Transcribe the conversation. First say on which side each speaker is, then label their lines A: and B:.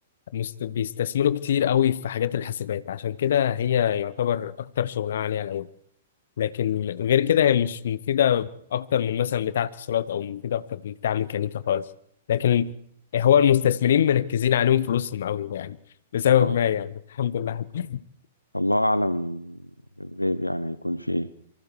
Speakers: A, on the left; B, on the left.
A: مست- بيستثمروا كتير قوي في حاجات الحاسبات عشان كده هي يعتبر اكتر شغلانه عليها الاول لكن غير كده هي مش مفيده اكتر من مثلا بتاع اتصالات او مفيده اكتر من بتاع ميكانيكا خالص لكن هو المستثمرين مركزين عليهم فلوسهم قوي يعني لسبب
B: اه
A: ما يعني الحمد لله <laughs>
B: الله اعلم بالغيب يعني هيكون في ايه